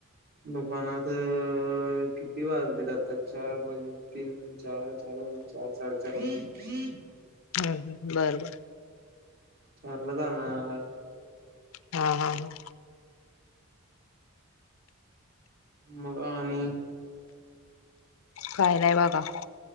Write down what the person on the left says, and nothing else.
हा हा बर बर.
हा हा ह
काय नाय बाबा